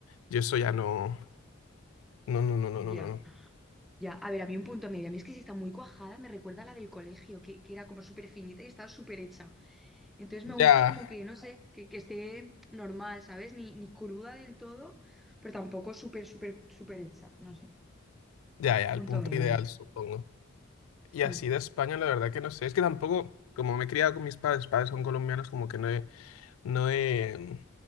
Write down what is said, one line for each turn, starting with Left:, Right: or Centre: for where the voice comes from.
Left: Yo eso ya no. No, no, no, no,
Centre: ya,
Left: no, no. no.
Centre: ya. A ver, a mí un punto medio. A mí es que si está muy cuajada, me recuerda a la del colegio, que, que era como súper finita y estaba súper hecha. Entonces me
Left: Ya,
Centre: gusta como que, no sé, que, que esté normal, ¿sabes? Ni, ni cruda del todo, pero tampoco súper, súper, súper hecha. No sé.
Left: ya, ya,
Centre: Punto
Left: el punto
Centre: medio.
Left: ideal, supongo. Y así
Centre: Mm.
Left: de España, la verdad que no sé. Es que tampoco, como me he criado con mis padres, padres son colombianos, como que no he, no he,